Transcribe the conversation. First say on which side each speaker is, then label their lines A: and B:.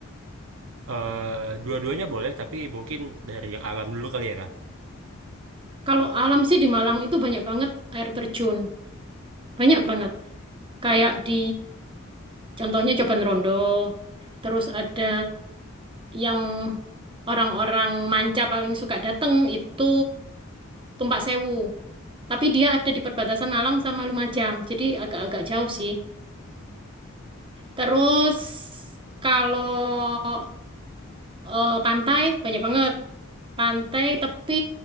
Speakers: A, on the right; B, on the right.
A: Eh, dua-duanya boleh, tapi mungkin dari yang alam dulu kali ya Kak.
B: Kalau alam sih di Malang itu banyak banget air terjun, banyak banget. Kayak di contohnya Coban Rondo, terus ada yang orang-orang manca paling suka dateng itu Tumpak Sewu. Tapi dia ada di perbatasan Malang sama Lumajang, jadi agak-agak jauh sih. Terus kalau eh, pantai banyak banget. Pantai, tapi